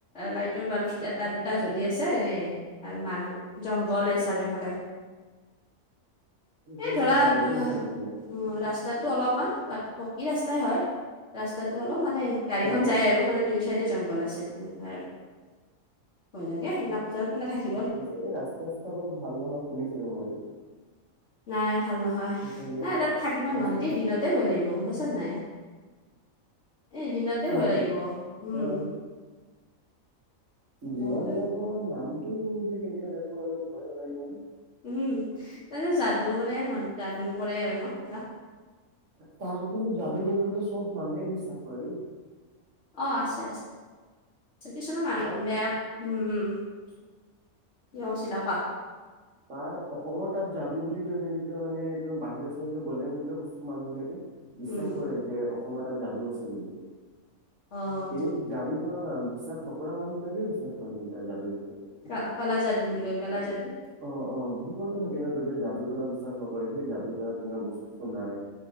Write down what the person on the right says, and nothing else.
এইফালেতো
বাল্বো
ভালকৈ নাই
হা হা
পিছে, এই ৰাস্তা চাস্তা বোৰো ভাল নহয় শুনিছিলোঁ ময়ো।
এইফালে
ৰাস্তা
অ
তো
তাত জেগাবিলাকৰ
নামটো শুনিবলৈ কেনেকে টাইপৰ আৰু ভয় নালাগিব নে
তাত কিন্তু যাদু কৰে বুলি চব মানুহে বিছাশ কৰে দেই।
তাত
তাৰ অসমৰ তাত যাদু বুলি কৈ মেলি পেলাই মানে এই বাহিৰৰ চাহিৰত গ'লে মেলিলে বস্তু মানুহ বিলাকে বিশ্বাস
কৰে যে অসমৰ তাত যাদু আছে বুলি
এনেই যাদু জনৰ নহয় বিশ্বাস নকৰা মানুহ বিলাকে বিশ্বাস কৰে কিন্তু তাৰ যাদুৰ বিষয়ে
অ', অ', বহুত মানুহ থাকে ন' যদি যাদু তনা বিশ্বাস নকৰে সেই যাদু তনা তেনেকা বস্তু চস্তু নাই